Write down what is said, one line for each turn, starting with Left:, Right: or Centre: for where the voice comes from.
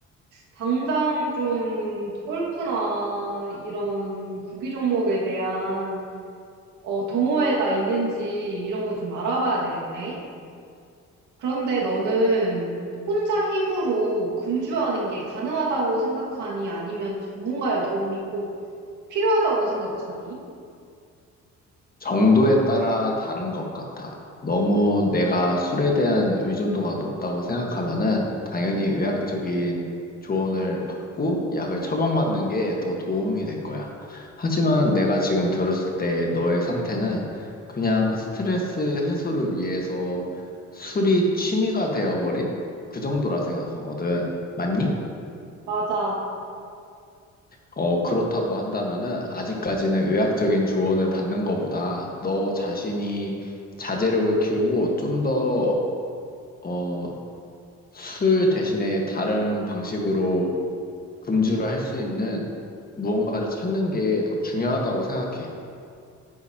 Right: 당장 좀 골프나 이런 구기 종목에 대한 어, 동호회가 있는지 이런 거 좀 알아봐야 되겠네. 그런데 너는 혼자 힘으로 금주하는 게 가능하다고 생각하니? 아니면 전문가의 도움이 꼭 필요하다고 생각하니?
Left: 정도에 따라 다른 것 같아. 너무 내가 술에 대한 의존도가 높다고 생각하면은 당연히 의학적인 조언을 받고 약을 처방받는 게 더 도움이 될 거야. 하지만 내가 지금 들었을 때 너의 상태는 그냥 스트레스 해소를 위해서 술이 취미가 되어버린 그 정도라 생각하거든. 맞니?
Right: 맞아.
Left: 어, 그렇다고 한다면은 아직까지는 의학적인 조언을 받는 것보다 너 자신이 자제력을 키우고 좀 더, 어, 술 대신에 다른 방식으로 금주를 할 수 있는 무언가를 찾는 게 더 중요하다고 생각해.